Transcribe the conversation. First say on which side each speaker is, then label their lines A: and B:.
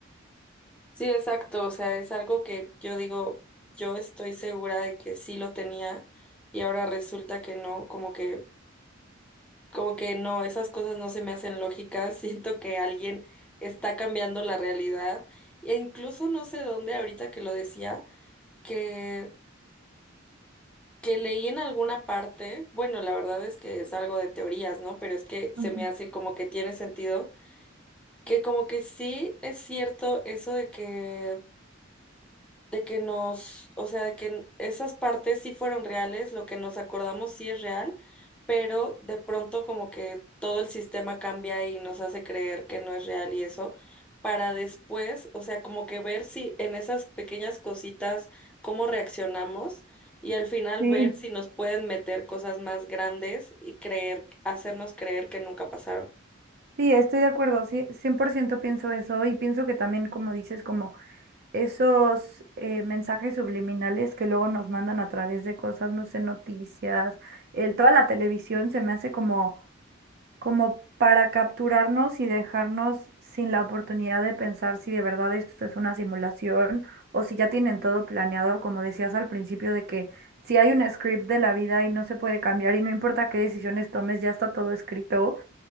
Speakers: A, in the centre; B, on the right.
A: sí, exacto, o sea, es algo que yo digo, yo estoy segura de que sí lo tenía y ahora resulta que no, como que como que no, esas cosas no se me hacen lógicas, <laughs> siento que alguien está cambiando la realidad e incluso no sé dónde ahorita que lo decía, que que leí en alguna parte, bueno, la verdad es que es algo de teorías, ¿no? Pero es que se
B: Ujú.
A: me hace como que tiene sentido, que como que sí es cierto eso de que de que nos, o sea, de que esas partes sí fueron reales, lo que nos acordamos sí es real, pero de pronto como que todo el sistema cambia y nos hace creer que no es real y eso, para después, o sea, como que ver si en esas pequeñas cositas cómo reaccionamos y al final
B: Sí,
A: ver si nos pueden meter cosas más grandes y creer, hacernos creer que nunca pasaron.
B: sí, estoy de acuerdo, sí, 100% pienso eso y pienso que también, como dices, como esos eh, mensajes subliminales que luego nos mandan a través de cosas, no sé, noticias, el, toda la televisión se me hace como como para capturarnos y dejarnos sin la oportunidad de pensar si de verdad esto es una simulación o si ya tienen todo planeado, como decías al principio, de que si hay un script de la vida y no se puede cambiar y no importa qué decisiones tomes, ya está todo escrito,